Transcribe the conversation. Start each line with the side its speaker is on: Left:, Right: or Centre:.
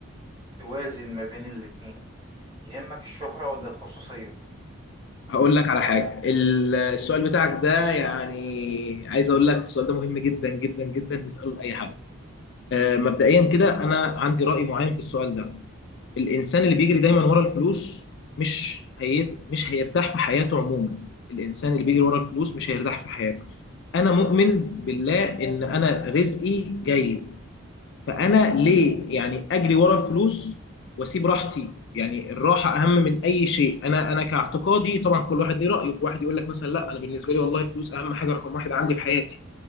Right: توازن ما بين الاتنين يهمك الشهرة ولا الخصوصية
Left: هقول لك على حاجه ال- السؤال بتاعك ده يعني عايز اقول لك السؤال ده مهم جدا جدا جدا نساله لاي حد آه، مبدئيا كده انا عندي راي معين في السؤال ده الانسان اللي بيجري دايما ورا الفلوس مش هي مش هيرتاح في حياته عموما الانسان اللي بيجري ورا الفلوس مش هيرتاح في حياته انا مؤمن بالله ان انا رزقي جاي فانا ليه يعني اجري ورا الفلوس واسيب راحتي يعني الراحه اهم من اي شيء انا انا كاعتقادي طبعا كل واحد ليه رايه واحد يقول لك مثلا لا انا بالنسبه لي والله الفلوس اهم حاجه رقم واحد عندي في حياتي